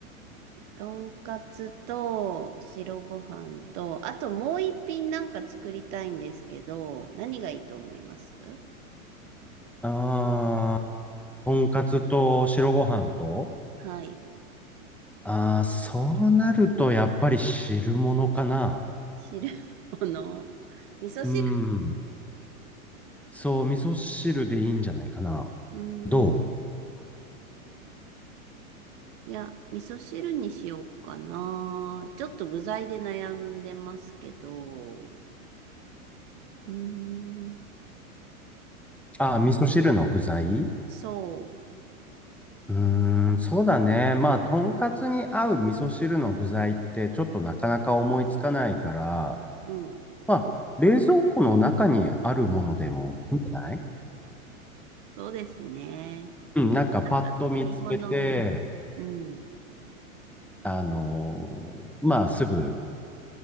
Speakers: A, on the right; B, in the centre.
A: とんかつと白ご飯と、あともう一品なんか作りたいんですけど、何がいいと思います
B: ああ、とんかつと白ご飯と、
A: はい。
B: ああ、そうなるとやっぱり汁物かな。
A: 汁の味噌汁。
B: うん。そう、味噌汁でいいんじゃないかな。
A: うーん。
B: どう
A: いや、味噌汁にしようかな。ちょっと具材で悩んでますけど。うーん。
B: ああ、味噌汁の具材
A: そ
B: うーん、そうだね。まあ、とんかつに合う味噌汁の具材ってちょっとなかなか思いつかないから、
A: う。うん。
B: まあ、冷蔵庫の中にあるものでもいいんじゃない
A: そうですね。
B: うん、なんかパッと見つけて、
A: なんか残り物を、うん。
B: あのーまあ、すぐ